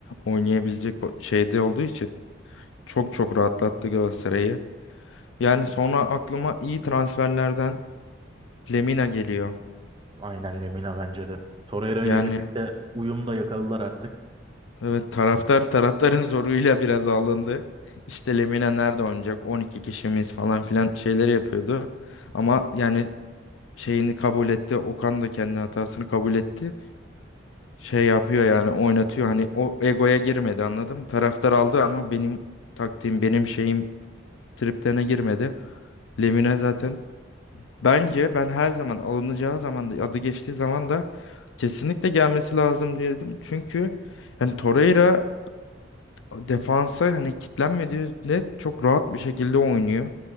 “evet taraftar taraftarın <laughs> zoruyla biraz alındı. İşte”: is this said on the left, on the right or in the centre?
Left